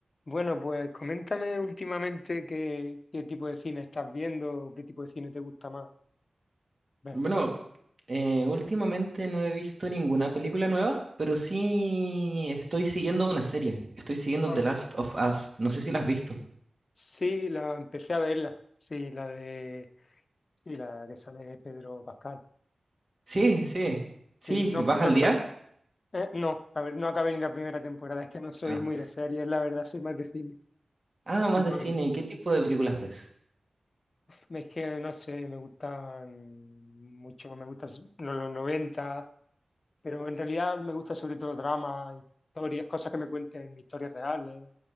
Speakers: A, on the left; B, on the right.
A: Bueno, pues coméntame últimamente qué, qué tipo de cine estás viendo, o qué tipo de cine te gusta más ver.
B: Bueno, eh, últimamente no he visto ninguna película nueva, pero sí estoy siguiendo una serie. Estoy siguiendo
A: Ah,
B: The Last of Us. No sé si la has visto.
A: sí, la empecé a verla. Sí, la de, sí, la que sale Pedro Pascal,
B: Sí,
A: claro.
B: sí.
A: Sí,
B: Sí,
A: no,
B: ¿vas
A: lo
B: al
A: que
B: día?
A: pasa, eh, no, a ver, no acabé ni la primera temporada, es que no soy
B: Ah,
A: muy de series, la verdad, soy más de cine.
B: Ah, más
A: Y
B: de
A: no,
B: cine. ¿Qué tipo de películas ves?
A: es que no sé, me gustan mucho, me gustan los, los 90, Pero en realidad me gusta sobre todo drama, historias, cosas que me cuenten historias reales,